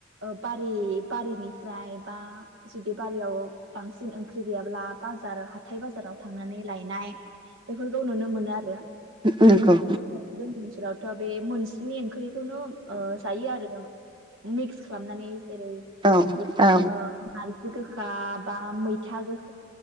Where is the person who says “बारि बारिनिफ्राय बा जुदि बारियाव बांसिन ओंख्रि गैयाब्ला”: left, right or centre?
Right